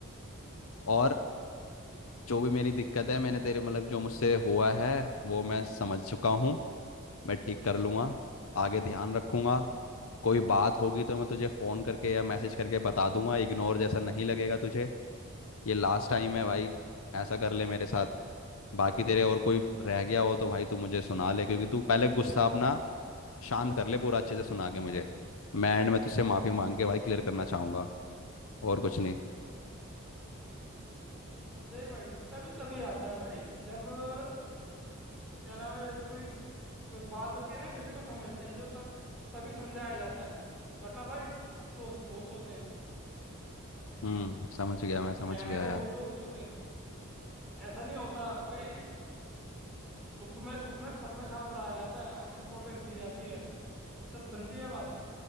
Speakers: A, on the left; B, in the centre.
A: और जो भी मेरी दिक्कत है मैंने तेरे मतलब जो मुझसे हुआ है वो मैं समझ चुका हूँ मैं ठीक कर लूँगा आगे ध्यान रखूँगा कोई बात होगी तो मैं तुझे फ़ोन करके या मैसेज करके बता दूंगा इग्नोर जैसा नहीं लगेगा तुझे ये लास्ट टाइम है भाई ऐसा कर ले मेरे साथ बाकी तेरे और कोई रह गया हो तो भाई तू मुझे सुना ले क्योंकि तू पहले गुस्सा अपना शांत कर ले पूरा अच्छे से सुना के मुझे मैं एंड में तुझसे माफी मांग के भाई क्लियर करना चाहूंगा और कुछ नहीं
B: देख भाई गुस्सा भी तभी आता है भाई जब अ, क्या नाम है कोई कोई बात होती है ना किसी को समझते हैं जो सब तभी समझाया जाता है वरना भाई दोस्त बहुत होते हैं
A: हम्म समझ गया मैं समझ
B: कहने
A: गया
B: को
A: यार
B: बहुत दोस्त होते हैं ऐसा नहीं होता भाई सुख में दुख में सब में साथ रहा जाता है और इम्पोर्टेंस दी जाती है तब बनती है बात